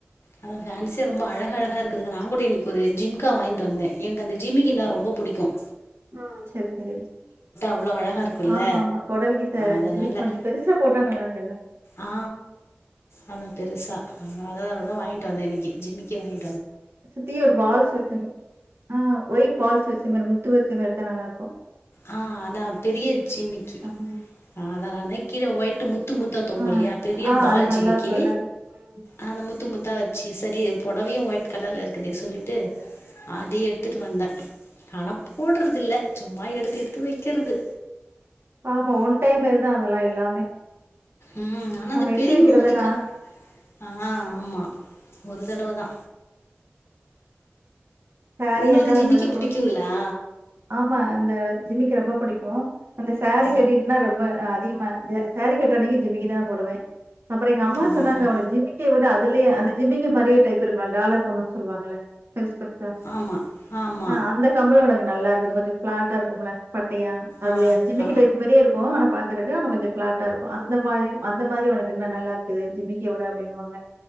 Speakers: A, on the left (about 80°); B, on the right (about 65°).
A: அதா ஃபேன்சியா ரொம்ப அழகழகா இருக்குது நான் கூட இன்னைக்கு ஒரு ஜிம்கா வாங்கிட்டு வந்தேன் எனக்கு அந்த ஜிமிக்கினா ரொம்ப புடிக்கும்
B: ஆ சரி சரி
A: அவ்ளோ அழகா இருக்குல்ல
B: ஆமா ஆமா பொடவைிக் ச
A: அதனால
B: ஜிமிக்கி கொஞ்ச பெருசா போட்டா நல்லா இரு
A: ஆ அதா பெருசா அததா அதா வாங்கிட்டு வந்த இன்னைக்கி ஜிமிக்கி வாங்கி
B: சுத்தியு ஒரு பால்ஸ் வச்ச ஆ ஒயிட் பால்ஸ் வச்ச மேரி மு முத்து வச்சமேரி எடுத்தா நல்லாருக்கு
A: ஆ அதா பெரிய ஜிமிக்கி
B: ம்.
A: ஆ அதா நான்தா கீழ ஒயிட்டு முத்து முத்தா தொங்கு
B: ஆ,
A: இல்லையா பெரிய
B: ஆ
A: பால்
B: அது நல்லாருக்கும்
A: ஜிமிக்கி
B: எல்லாத்துக்கும். ம்.
A: அந்த முத்து முத்து முத்தா வச்சு சரி பொடவையும் ஒயிட் கலர்ல இருக்குதே சொல்லிட்டு அதையு எடுத்துட்டு வந்த ஆனா போடுறதில்ல சும்மா எடுத்து எடுத்தெடுத்து வெக்கிறது
B: ஆமா ஒன் டைம் மேரிதா அதெல்லா எல்லாமே
A: ம் ஆனா
B: நம்ம
A: அந்த
B: எடுத்து
A: பெரியவங்க
B: வைக்கிறதெல்லாம்
A: வந்துக்கா ஆ ஆமா ஒரு தடவதா
B: சாரியா
A: உங்களுக்கு
B: இருந்தாலும்
A: ஜிமிக்கி
B: அப்படிதான்.
A: புடிக்குங்களா
B: ஒரு ஆமா இந்த ஜிமிக்கி ரொம்ப புடிக்கும் அந்த சேரீ
A: ஆ
B: கட்டிட்டுனா ரொம்ப அதிக ம் த சேரீ கட்ற அன்னைக்கு ஜிமிக்கிதா நா போடுவேன் அப்புற எங்க அம்மா
A: ஆ
B: சொன்னாங்க ஒனக் ஜிமிக்கிய விட அதுலேயே அந்த ஜிமிக்கி மாரியே டைப் இருக்குல டாலர் இருக்கன்னனு சொல்லுவாங்கல்ல பெருஸ் பெருசா
A: ஆமா ஆமா
B: ஆ அந்த கம்மலுங்க நல்லா இருக்கும் அது கொஞ்ச ஃப்ளாட்டா இருக்கும்ல பட்டையா அதுல
A: ஆ
B: என் ஜிமிக்கி
A: ஆ
B: டைப் மாரியே இருக்கும் ஆனா பாக் இருக்கறக்கு அது கொஞ்ச பிளாட்டா இருக்கும் அந்த மாரி அந்த மாரி ஒனக்கு இன்னு நல்லா இருக்குது ஜிமிக்கிய ஓட அப்டின்னுவாங்க